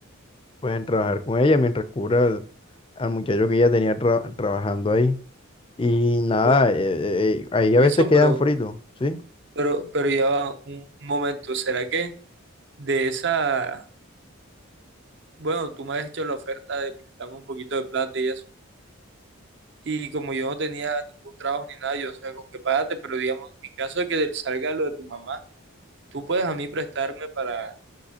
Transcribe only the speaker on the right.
Pues,
Wilson,
pero...
Pero, pero ya va un, un momento, ¿será que de esa, bueno, tú me has hecho la oferta de prestarme un poquito de plata y eso, y como yo no tenía ningún trabajo ni nada, yo no sabía con qué pagarte, pero digamos, en caso de que salga lo de tu mamá, tú puedes a mí prestarme para,